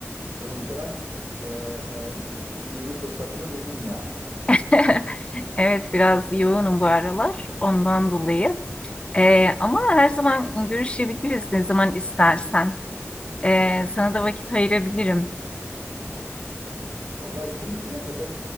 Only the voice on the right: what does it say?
O yüzden e, e, bir- iyi bir fırsatını buldum yani.
Vallahi işte bugüne kadar